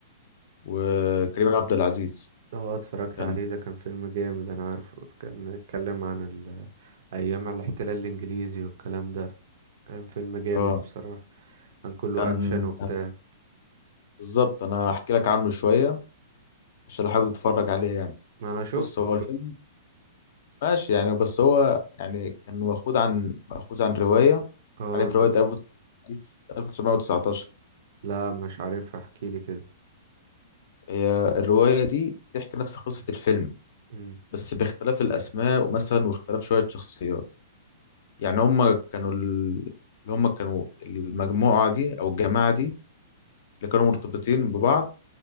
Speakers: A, on the left (about 50°); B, on the right (about 55°).
A: وكريم عبد العزيز
B: اه اتفرجت
A: كان
B: عليه ده كان فيلم جامد انا عارفه كان اتكلم عن ال- ايام الاحتلال الانجليزي والكلام ده كان فيلم جامد
A: اه
B: بصراحه كان كله
A: كان
B: اكشن وبتاع
A: بالظبط انا هحكي لك عنه شويه عشان لو حابب تتفرج عليه يعني
B: ما انا شفت
A: بص هو
B: شفت
A: الفيلم ماشي يعني بس هو يعني كان مأخوذ عن مأخوذ عن روايه
B: اه
A: عارف
B: انت
A: روايه
B: اتف...
A: 1919
B: لا مش عارف احكي لي كده
A: هي الرواية دي بتحكي نفس قصة الفيلم
B: امم
A: بس باختلاف الأسماء ومثلا واختلاف شوية شخصيات يعني هما كانوا ال- اللي هما كانوا المجموعة دي أو الجماعة دي اللي كانوا مرتبطين ببعض